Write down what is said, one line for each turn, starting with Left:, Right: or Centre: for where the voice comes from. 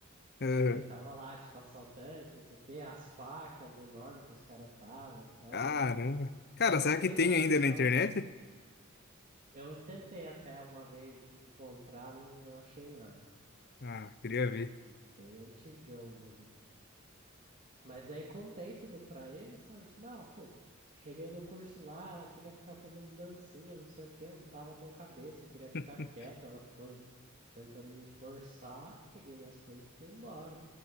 Left: Uhum.
Right: Aí tava lá, tipo, assaltantes, não sei o que as facas enormes que os caras tava e tal,
Left: Caramba.
Right: lá.
Left: Cara,
Right: Contei
Left: será que tem
Right: toda
Left: ainda
Right: a história.
Left: na internet?
Right: Eu tentei até uma vez encontrar, não achei nada.
Left: Ah, queria ver.
Right: Bem antigão o bagulho. Mas daí contei tudo pra ele, sabe? Falei, ah, pô, cheguei no curso lá, ela queria ficar fazendo dancinha, não sei o quê, eu não tava com cabeça, queria ficar
Left: <laughs>
Right: quieta, ela ficou tentando me forçar, peguei minhas coisas e fui embora.